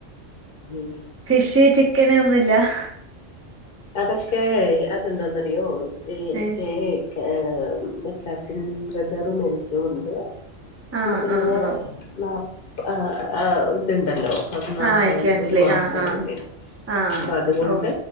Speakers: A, on the left; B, on the right.
A: ഉം
B: ഫിഷ് ചിക്കന് ഒന്നുല്ലാഹ്
A: അതൊക്കെ അതെന്താന്നറിയോ ഇപ്പേ
B: ഏഹ്
A: തേ കേഹ് കസിൻ ബ്രദറ് മരിച്ചോണ്ട്
B: ആഹ്
A: നമുക്കിങ്ങനെ
B: ആഹ് ആഹ് ഓഹ്
A: നാ ആഹ് ആഹ് ഇതുണ്ടല്ലോ പതിനാ
B: ആഹ്
A: പതി
B: എനിക്ക് മനസ്സിലായി
A: ഒരു മാസങ്ങനെണ്.
B: ആഹ് ആഹ് ആഹ്
A: അപ്പതുകൊണ്ട്
B: ഓഹ്